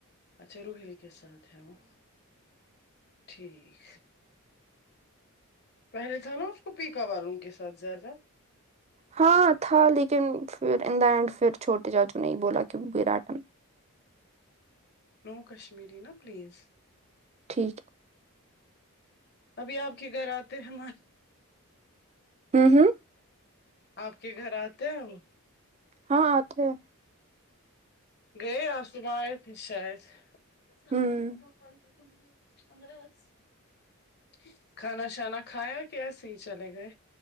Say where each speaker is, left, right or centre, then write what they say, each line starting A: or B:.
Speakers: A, on the left; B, on the right.
A: اچھا روحیل کے ساتھ ہے وہ ٹھیک پہلے تھا نا اس کو پیکا والوں کے ساتھ زیادہ
B: ہاں تھا لیکن پھر ان دا اینڈ پھر چھوٹے چاچو نہیں بولا کہ باٹن
A: نو کشمیری نا پلیز
B: ٹھیک ہے
A: ابھی آپ کے گھر آتے ہیں
B: ہمم ہمم
A: آپ کے گھر آتے ہیں وہ
B: ہاں اتے ہے
A: گئے آج صبح اۓ تھے شاید <unintelligible>
B: ہوں
A: کھانا شانا کھایا کہ ایسے ہی چلے گئے